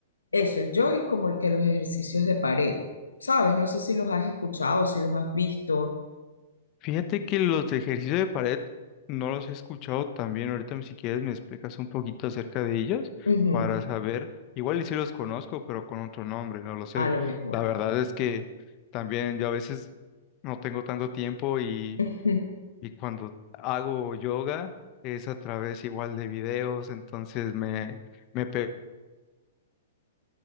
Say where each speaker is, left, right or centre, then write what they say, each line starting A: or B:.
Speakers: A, on the left; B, on the left.
A: eso, el yoga y como el que los ejercicios de pared, ¿sabes? No sé si los has escuchado, si los has visto,
B: Fíjate que los de ejercicio de pared no los he escuchado tan bien. Ahorita, si quieres, me explicas un poquito acerca de ellos
A: Ujú,
B: para saber. Igual y sí los conozco, pero con otro nombre, no lo sé.
A: a lo mejor.
B: La verdad es que también yo a veces no tengo tanto tiempo y,
A: <laughs>
B: y cuando hago yoga es a través igual de videos, entonces me, me pego